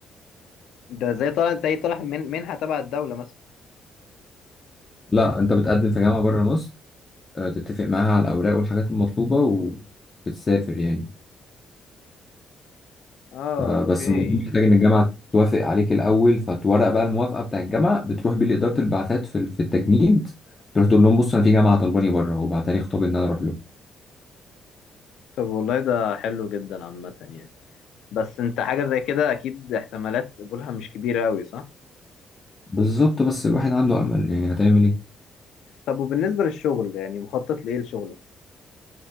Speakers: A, on the left; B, on the left.
A: ده زي طالع زي طالع من منحة تبع الدولة مثلا
B: لا أنت بتقدم في جامعة بره مصر آه، تتفق معاها على الأوراق والحاجات المطلوبة وبتسافر يعني
A: اه
B: ف- بس
A: اوكي
B: الموضوع محتاج إن الجامعة توافق عليك الأول فتورق بقى الموافقة بتاع الجامعة بتروح بيه لإدارة البعثات في ال- في التجنيد تروح تقول لهم بص أنا في جامعة طلباني بره وبعت لي خطاب إن أنا أروح له
A: طب والله ده حلو جدا عامة يعني بس انت حاجة زي كده اكيد احتمالات قبولها مش كبيرة اوي صح
B: بالظبط بس الواحد عنده أمل يعني هتعمل إيه؟
A: طب وبالنسبة للشغل يعني مخطط لايه لشغلك